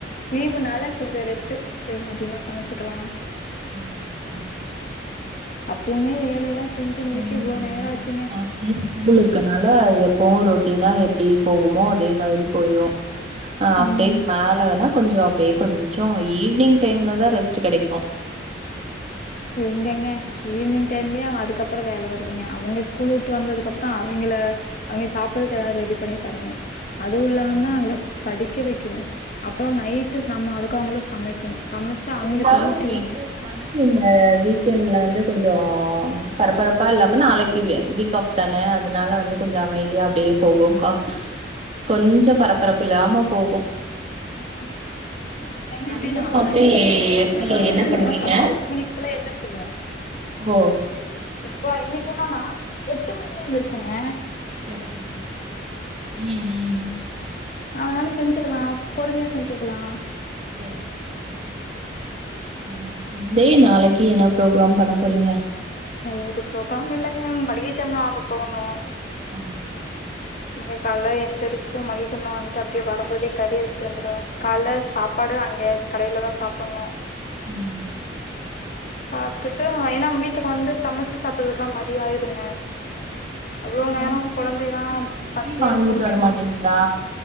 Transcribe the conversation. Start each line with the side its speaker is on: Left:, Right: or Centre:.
Left: லீவுனால கொஞ்சோ ரெஸ்ட் சேரி மதியமா சமைச்சுக்கலா
Right: ம் ம் ம்
Left: அப்பவுமே வேலையெல்லாம் செஞ்சு முடிக்க
Right: எங்களுக்குங்க
Left: இவ்ளோ நேரம்
Right: இன்னைக்கும்
Left: ஆச்சுங்க.
Right: ஆஃப் டே ஸ்கூல் இருக்கனால எப்போவும் ரொட் அப்டின்னா எப்டி போகுமோ அதே மாதிரி போயிரும் ஆ
Left: ம்
Right: ஆஃப் டே மேல வேணா கொஞ்சம் அப்டே கொஞ்சம் ஈவி்னிங் டைம்ல தா ரெஸ்ட் கெடைக்கும்
Left: எங்கங்க ஈவினிங் டைம்லயும் அதுக்கப்புறம் வேல வருதுங்க அவுங்க ஸ்கூல் உட்டு வந்ததுக்குப்புறம் அவிங்கள அவிங்க சாப்றதுக்கு எதா ரெடி பண்ணி தரணும் அதுவும் இல்லாம
Right: ஆ
Left: அவிங்கள படி க்க வைக்கணும் அப்புறம் நைட்டு நம்ம அதுக்கங்களும் சமைக்கணும் சமைச்சு அவங்களுக்கு
Right: இருந்தாலும்
Left: ஊட்டி
Right: வீக்
Left: விடணும்.
Right: டேஸ் மாதிரி இல்ல ஆ வீக்கெண்ட்ல வந்து கொஞ்சோம் பரபரப்பா இல்லாம நாளக்கி வீக் ஆஃப் தானே அதனால வந்து கொஞ்சம் அமைதியா அப்டியே போகும் கொ கொஞ்சம் பரபரப்பு இல்லாம போகும்
Left: ம் அது ஏங்க எனக்கு எல்லா
Right: சண்டே
Left: எப்டின்னா
Right: மோஸ்ட்லி
Left: இன்னக்கி எப்பமே
Right: எப்டி
Left: கால்ல
Right: என்ன
Left: அந்த
Right: பண்ணுவீங்க
Left: <inaudible> அஞ்சு மணிக்குல எந்திச்சிருவோம்
Right: ஓ
Left: இப்ப இன்னக்கி என்னன்னா எட்டு மணிக்கு தா எந்திருச்சேங்க
Right: செரி செரிங்க ம் ம்
Left: அதனால செஞ்சிக்கலாம் பொறுமையா செஞ்சிக்கலாம்
Right: செரி செரி செரிங்க நாளைக்கி சண்டே நாளக்கி என்ன ப்ரோகிராம் பண்ண போறீங்க
Left: ஒரு ப்ரோகிராம் இல்லங்க மளிக ஜாமா வாங்க போகணும்
Right: ஆ
Left: நீங்க கால எந்திரிச்சு மளிக ஜாமா வாங்கிட்டு அப்டே வரம்போதே கறி எடுத்துட்டு வந்துருவே கால்ல சாப்பாடு அங்கே கடையில தா சாப்பணும்
Right: ம்
Left: சாப்ட்டுட்டு ஏன்னா வீட்டுக்கு வந்து சமைச்சு சாப்றதுக்கெல்லாம் மதிய ஆயிருங்க அவ்ளோ நேரோ
Right: சமைச்ச
Left: கொழந்தைல்லா
Right: சாப்ட்டு போயி
Left: பசியா
Right: வாங்கிட்டு
Left: இருக்க முடியாது
Right: வரமாட்டீங்களா